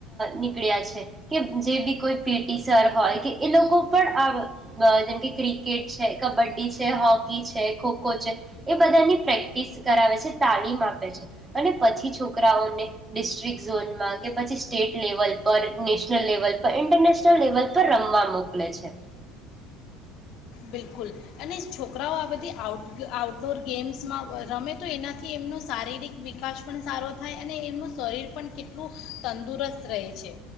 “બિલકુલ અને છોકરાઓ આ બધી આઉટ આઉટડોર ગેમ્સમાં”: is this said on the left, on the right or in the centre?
Left